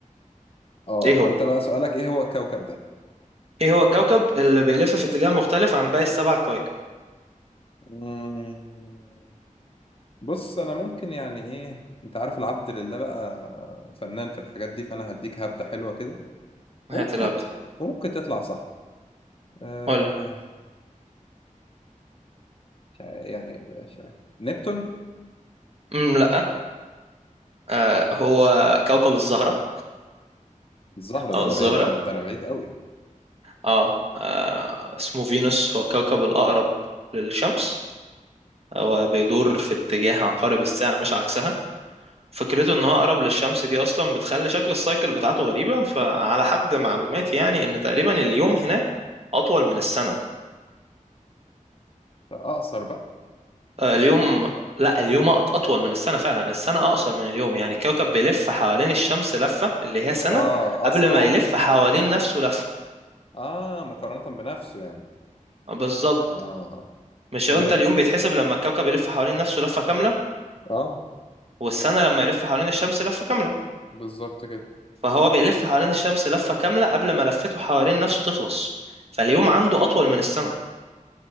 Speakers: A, on the left; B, on the right.
A: اه
B: ايه
A: فانت
B: هو؟
A: بقى سؤالك ايه هو الكوكب ده
B: ايه هو الكوكب اللي بيلف في اتجاه مختلف عن باقي السبع كواكب؟
A: مم. بص انا ممكن يعني ايه انت عارف العبد لله بقى فنان في الحاجات دي فانا هديك هبدة حلوة كده وممكن
B: هات الهبدة
A: وممكن تطلع صح آه
B: قولي
A: مش عارف- يعني مش عارف. نبتون
B: أمم، لا آه، هو كوكب الزهرة
A: الزهرة ده
B: او
A: انا
B: الزهرة
A: بعيد انا ده انا بعيد قوي
B: اه آه، اسمه فينوس هو الكوكب الأقرب للشمس وبيدور في اتجاه عقارب الساعة مش عكسها فكرته ان هو اقرب للشمس دي اصلا بتخلي شكل السايكل بتاعته غريبة فعلى حد معلوماتي يعني ان تقريبا اليوم هناك اطول من السنة
A: فاقصر بقى
B: آه، اليوم
A: اقصر
B: لا اليوم أط- اطول من السنة فعلا السنة اقصر من اليوم يعني الكوكب بيلف حوالين الشمس لفة اللي هي سنة
A: اه
B: قبل
A: اسرع
B: ما يلف حوالين نفسه لفة
A: اه مقارنة بنفسه يعني
B: بالظبط
A: اه
B: مش
A: ايه
B: هو انت
A: ده
B: اليوم بيتحسب لما الكوكب يلف حوالين نفسه لفة كاملة
A: اه
B: والسنة لما يلف حوالين الشمس لفة كاملة
A: بالظبط كده
B: فهو بيلف حوالين الشمس لفة كاملة قبل ما لفته حوالين نفسه تخلص فاليوم عنده أطول من السنة